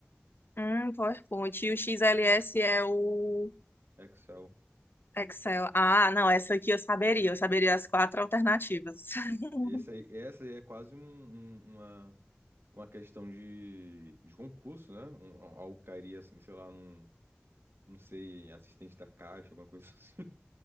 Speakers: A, on the left (about 60°); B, on the right (about 75°).
A: hum, PowerPoint, e o XLS é o
B: Excel.
A: Excel. Ah, não, essa aqui eu saberia,
B: Perfeito.
A: eu saberia as quatro alternativas. <laughs>
B: Esse aí, essa aí é quase um- um- uma, uma questão de, de concurso, né? Um, um- algo cairia assim, sei lá, num, não sei, assistente da caixa, alguma coisa <laughs> assim.